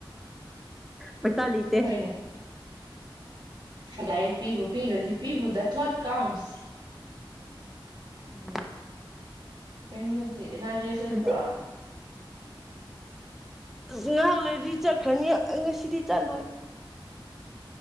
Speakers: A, in the centre; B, on the right.
A: ꯄꯩꯁꯂꯤ ꯇ
B: ꯍꯣꯏꯅꯦ ꯂꯥꯏꯔꯤꯛ ꯄꯤꯕꯨ ꯄꯤꯔꯗꯤ ꯄꯤꯕꯨ ꯗ ꯊꯣꯠ ꯀꯥꯎꯟꯁ
A: ꯎꯝ
B: ꯄꯗꯤ ꯑꯦꯅꯥꯖꯤꯦ ꯆꯠꯠꯇ꯭ꯔꯣ
A: ꯈꯖꯤꯛ ꯑꯁ ꯉꯍꯥꯛ ꯂꯩꯔꯗꯤ ꯆꯠꯈ꯭ꯔꯅꯤ ꯉꯁꯤꯗꯤ ꯆꯠꯂꯣꯏ